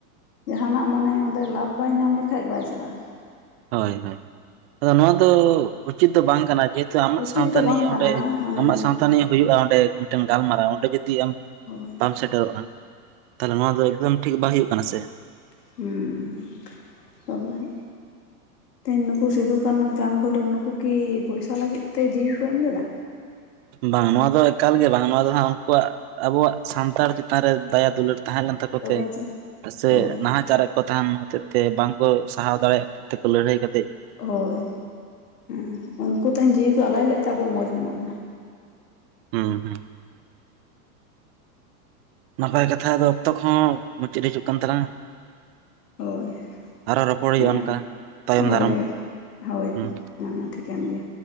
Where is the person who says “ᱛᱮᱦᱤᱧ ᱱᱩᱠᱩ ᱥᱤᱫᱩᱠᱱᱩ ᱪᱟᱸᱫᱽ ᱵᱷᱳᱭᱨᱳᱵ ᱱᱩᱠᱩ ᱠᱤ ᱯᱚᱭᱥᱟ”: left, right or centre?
Left